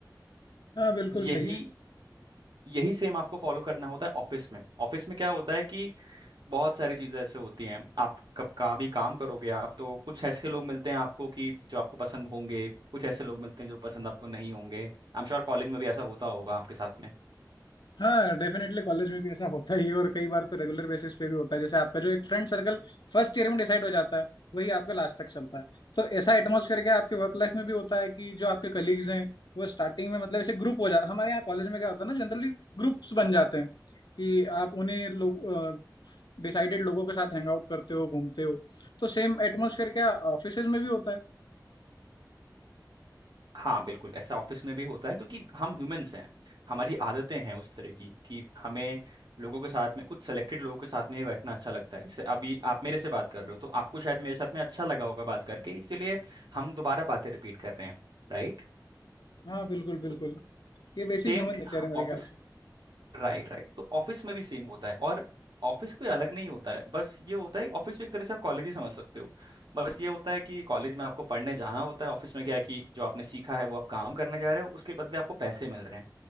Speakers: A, on the left; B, on the right.
A: हाँ बिल्कुल
B: यही
A: सही है
B: यही सेम आपको फॉलो करना होता है ऑफिस में ऑफिस में क्या होता है कि बहुत सारी चीज़ें ऐसे होती हैं आप कब कहाँ भी काम करोगे आप तो कुछ ऐसे लोग मिलते हैं आपको कि जो आपको पसंद होंगे कुछ ऐसे लोग मिलते हैं जो पसंद आपको नहीं होंगे आई एम श्योर कॉलेज में भी ऐसा होता होगा आपके साथ में
A: हाँ डेफिनेटली कॉलेज में भी ऐसा होता ही है और कई बार तो रेगुलर बेसिस पे भी होता है जैसे आपका जो एक फ्रेंड सर्कल फर्स्ट ईयर में डिसाइड हो जाता है वही आपका लास्ट तक चलता है तो ऐसा एटमोसफेयर क्या आपके वर्क लाइफ में भी होता है कि जो आपके कलीग्स हैं वो स्टार्टिंग में मतलब ऐसे ग्रुप हो जाता है? हमारे यहाँ कॉलेज में क्या होता है ना जनरली ग्रुप्स बन जाते हैं कि आप उन्हीं लोग डिसाइडेड लोगों के साथ हैंग आउट करते हो घूमते हो तो सेम एटमोसफेयर क्या ऑफिस में भी होता है
B: हाँ बिल्कुल ऐसा ऑफिस में भी होता है क्योंकि हम ह्यूमंस हैं हमारी आदतें हैं उस तरह की कि हमें लोगों के साथ में कुछ सेलेक्टेड लोगों के साथ में ही बैठना अच्छा लगता है जैसे अभी आप मेरे से बात कर रहे हो तो आपको शायद मेरे साथ में अच्छा लगा होगा बात करके इसीलिए हम दोबारा बातें रिपीट कर रहे हैं राइट
A: हाँ बिल्कुल बिल्कुल
B: तो
A: ये
B: सेम
A: बेसिक ह्यूमन नेचर है मेरे
B: ऑफिस
A: ख्याल से
B: राइट राइट तो ऑफिस में भी सेम होता है और ऑफिस कोई अलग नहीं होता है बस ये होता है ऑफिस भी एक तरह से आप कॉलेज ही समझ सकते हो बस ये होता है कि कॉलेज में आपको पढ़ने जाना होता है ऑफिस में क्या है कि जो आपने सीखा है वो आप काम करने जा रहे हो उसके बदले आपको पैसे मिल रहे हैं